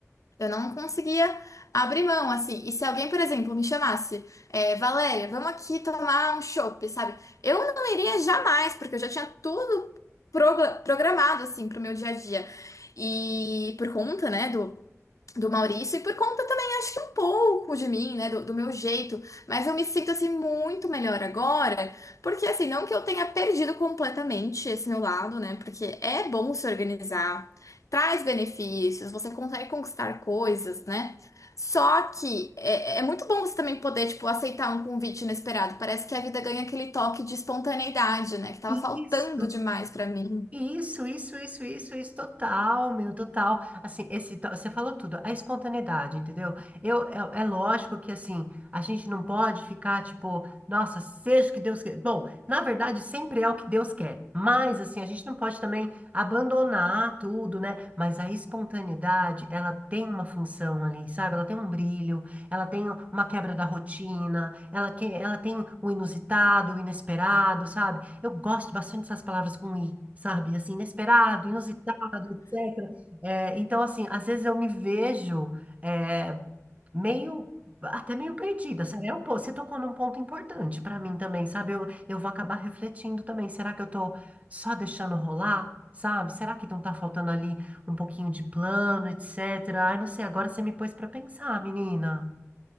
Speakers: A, on the left; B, on the right.
A: Eu não conseguia abrir mão, assim. E se alguém, por exemplo, me chamasse, é, Valéria, vamos aqui tomar um chopp, sabe? Eu não iria jamais, porque eu já tinha tudo progra- programado, assim, pro meu dia a dia. E por conta, né, do do Maurício e por conta também, acho que um pouco de mim, né, do, do meu jeito, mas eu me sinto assim muito melhor agora, porque assim, não que eu tenha perdido completamente esse meu lado, né, porque é bom se organizar, traz benefícios, você consegue conquistar coisas, né? Só que é, é muito bom você também poder, tipo, aceitar um convite inesperado. Parece que a vida ganha aquele toque de espontaneidade, né? Que tava
B: Isso!
A: faltando demais pra mim.
B: Isso, isso, isso, isso, isso, total, meu, total. Assim, esse, to- você falou tudo, a espontaneidade, entendeu? Eu, é, é lógico que, assim, a gente não pode ficar, tipo, nossa, seja o que Deus quer. Bom, na verdade, sempre é o que Deus quer, mas, assim, a gente não pode também abandonar tudo, né? Mas a espontaneidade, ela tem uma função ali, sabe? Ela tem um brilho, ela tem uma quebra da rotina, ela, que, ela tem o inusitado, o inesperado, sabe? Eu gosto bastante dessas palavras com i, sabe? Assim, inesperado, inusitado, etc. É, então, assim, às vezes eu me vejo é, meio, até meio perdida, sabe? É um, po- você tocou num ponto importante para mim também, sabe? Eu, eu vou acabar refletindo também. Será que eu tô só deixando rolar, sabe? Será que não tá faltando ali um pouquinho de plano, etc? Ai, não sei, agora você me pôs para pensar, menina.